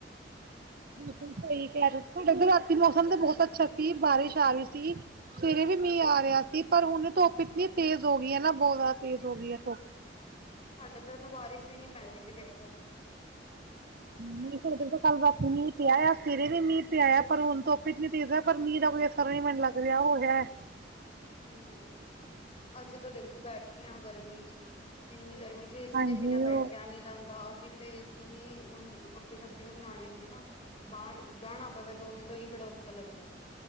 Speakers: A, on the right; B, on the left.
A: ਤੁਹਾਡੇ ਰਾਤੀ ਮੌਸਮ ਤੇ ਬਹੁਤ ਅੱਛਾ ਸੀ, ਬਾਰਿਸ਼ ਆ ਰਹੀ ਸੀ। ਸਵੇਰੇ ਵੀ
B: ਅੱਛਾ
A: ਮੀਂਹ
B: ਅੱਛਾ
A: ਆ ਰਿਹਾ ਸੀ, ਪਰ ਹੁਣ ਧੁੱਪ ਇਤਨੀ ਤੇਜ਼ ਹੋ ਗਈ ਐ ਨਾ ਬਹੁਤ ਜ਼ਿਆਦਾ ਤੇਜ਼ ਹੋ ਗਈ ਐ ਧੁੱਪ
B: ਸਾਡੇ ਤਾਂ ਇਹਨੂੰ ਬਾਰਿਸ਼ ਵੀ ਨੀ ਪੈਂਦੀ ਪਈ ਦੇਖੋ <inaudible>
A: ਮ ਕੱਲ ਰਾ ਮੀਂਹ ਪਿਆ ਸਵੇਰੇ ਮੀਂਹ ਪਿਆ ਪਰ ਹੁਣ ਧੁੱਪ ਇਤਨੀ ਤੇਜ਼ ਪਰ ਮੀਂਹ ਦਾ ਕੋਈ ਨੀਂ ਮੈਨੂੰ ਲੱਗ ਰਿਹਾ ਉਹ ਰਿਹਾ ਹੈ।
B: ਹਮ ਅਸੀਂ ਤਾਂ ਦੇਖੋ ਬੈਠੇ ਆ ਗਰਮੀ ਚ ਈ ਇੰਨੀ ਗਰਮੀ 'ਚ' ਏ ਸੀ
A: ਹਾਂਜੀ
B: ਦੇ ਬਿਨਾਂ ਬੈਠਿਆ
A: ਹੋਰ
B: ਨੀ ਜਾਂਦਾ, ਅਸੀਂ ਤੇ ਏ ਸੀ ਵੀ ਹੁਣ ਰੋਟੀ ਸਬਜ਼ੀ ਵੀ ਬਣਾਣੀ ਹੁੰਦੀ ਨਾ ਬਾਹਰ ਜਾਣਾ ਪਵੇ ਦੋ ਮਿੰਟ ਉਹੀ ਬੜਾ ਔਖਾ ਲੱਗਦਾ।